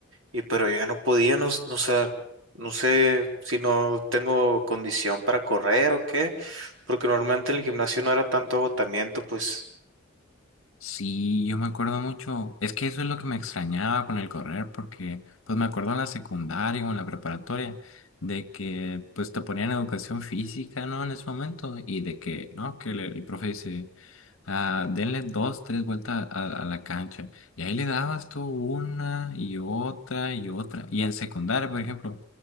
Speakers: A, on the right (about 65°); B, on the left (about 75°).
A: Y pero yo ya no podía, no, s- no, sé, no sé si no tengo condición para correr o qué, porque normalmente en el gimnasio no era tanto agotamiento, pues.
B: Sí, yo me acuerdo mucho. Es que eso es lo que me extrañaba con el correr, porque pues me acuerdo en la secundaria o en la preparatoria de que pues te ponían educación física, ¿no? En ese momento y de que, ¿no? Que le- el profe dice, ah, denle dos, tres vueltas a, a la cancha. Y ahí le dabas tú una y otra y otra. Y en secundaria, por ejemplo,